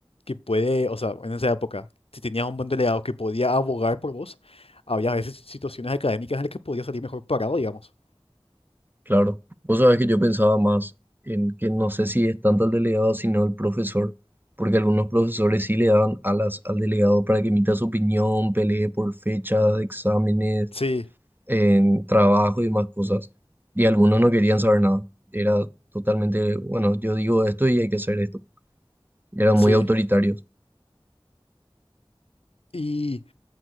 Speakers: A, on the left (about 75°); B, on the right (about 20°).
A: que puede, o sea, en esa época, si tenías un buen delegado que podía abogar por vos, había a veces situaciones académicas en las que podías salir mejor parado, digamos.
B: claro. Vos sabés que yo pensaba más en que no sé si es tanto al delegado sino al profesor, porque algunos profesores sí le daban alas al delegado para que emita su opinión, pelee por fechas, exámenes,
A: Sí,
B: en trabajo y más cosas. Y algunos no querían saber nada. Era totalmente, bueno, yo digo esto y hay que hacer esto. Era muy
A: sí.
B: autoritario.
A: Y